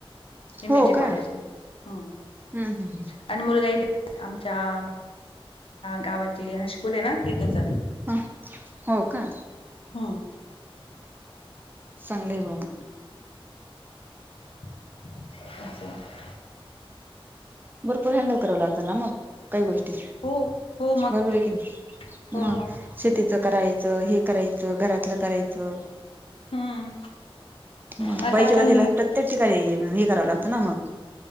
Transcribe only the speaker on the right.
हो का
हम्म हम्म
ह हो का
चांगली बुं आं मंग.
भरंपूर हँडल करावं लागतं नां मगं. कांहीं गोष्टी
बरोबर आहे की नाहीं
मंग.
शेतीचं करायचं हे करायचं घरांतलं करायचं.
मंग
बाईच्यां
जातीला प्रत्येक ठिकांणी हे करावं लागतं नां मगं.